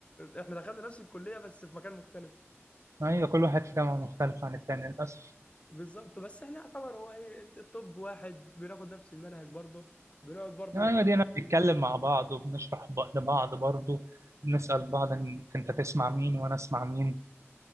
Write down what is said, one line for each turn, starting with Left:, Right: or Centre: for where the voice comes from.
Left: احنا دخلنا نفس الكلية بس في مكان مختلف
Right: أيوة كل واحد في جامعة مختلفة عن التاني للأسف
Left: بالظبط بس احنا يعتبر هو ايه انت الطب واحد بناخد نفس المنهج برضه بنقعد برضه
Right: أيوة
Left: نتكلم
Right: دينا
Left: كتير
Right: بنتكلم مع بعض وبنشرح ب- لبعض برضه بنسأل بعض إن أنت تسمع مين وأنا أسمع مين